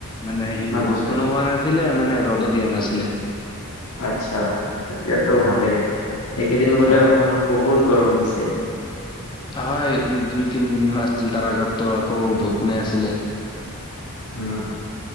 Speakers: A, on the left; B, on the left.
A: মানে সি
B: আচ্ছা,
A: বৰষুনো হোৱা নাছিলে মানে ৰ'দ দিয়া নাছিলে।
B: আচ্ছা তেতিয়াতো ভালেই এইকেইদিন বোলে
A: হয়।
B: অসমত বহুত গৰম দিছে।
A: হয় দুই তিনদিন আছিল তাৰ আগতো আকৌ বৰষুনো আছিলে।
B: উম